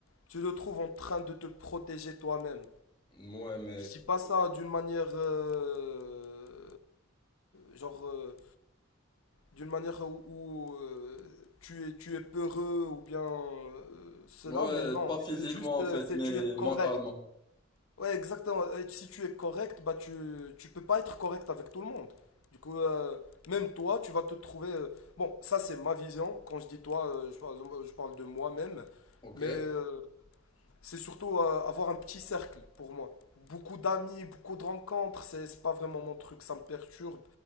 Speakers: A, on the left; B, on the left.
A: tu te trouves en train de te protéger toi-même.
B: Ouais mais
A: Je dis pas ça d'une manière. euh, genre. euh, d'une manière où, où, euh, tu, es, tu es peureux ou bien euh, cela,
B: ouais
A: mais non,
B: pas physiquement
A: mais c'est juste.
B: en
A: euh,
B: fait,
A: c'est
B: mais
A: tu es correct.
B: mentalement.
A: Ouais, exactement. Et si tu es correct, bah tu, tu peux pas être correct avec tout le monde. Du coup, euh, même toi, tu vas te trouver. euh, bon, ça c'est ma vision. Quand je dis toi, euh, je parle, je parle de moi-même.
B: Ok.
A: Mais euh, c'est surtout euh, avoir un petit cercle pour moi. Beaucoup d'amis, beaucoup de rencontres, c'est c'est pas vraiment mon truc. Ça me perturbe.